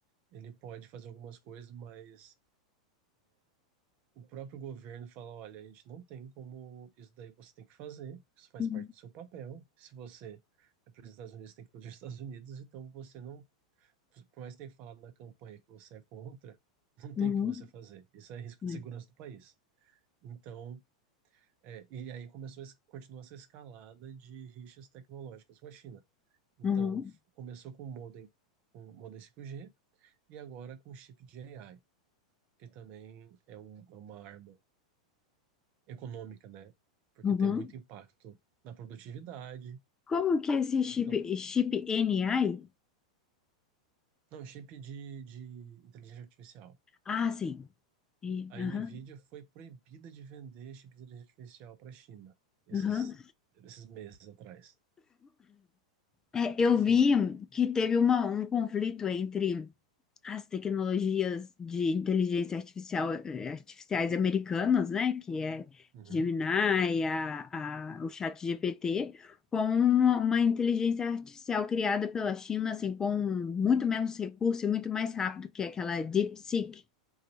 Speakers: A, on the right (about 45°); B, on the left (about 15°).
A: ele pode fazer algumas coisas, mas o próprio governo fala, olha, a gente não tem como isso daí você tem que fazer, isso faz
B: uhum,
A: parte do seu papel. Se você é Presidente dos Estados Unidos, você tem que ir para os Estados Unidos, então você não, por mais que tenha falado na campanha que você é contra, não tem
B: uhum,
A: o que você fazer. Isso é risco
B: é,
A: de segurança do país. Então, é, e aí começou, a es- continua essa escalada de rixas tecnológicas com a China. Então,
B: uhum,
A: f- começou com o modem, com o modem 5G, e agora com o chip de AI, que também é, um- é uma arma econômica, né? Porque
B: uhum.
A: tem muito impacto na produtividade.
B: Como que é esse chip,
A: Então,
B: chip NI?
A: não, chip de, de inteligência artificial.
B: Ah, sim. E-
A: A
B: aham,
A: Nvidia foi proibida de vender chip de inteligência artificial para a China, esses,
B: aham.
A: esses meses atrás.
B: É, eu vi
A: Saúde.
B: que teve uma, um conflito entre as tecnologias de inteligência artificial, eh, artificiais americanas, né? Que é
A: Uhum,
B: Gemini, a, a, o ChatGPT, com uma, uma inteligência artificial criada pela China, assim, com muito menos recurso e muito mais rápido que é aquela DeepSeek.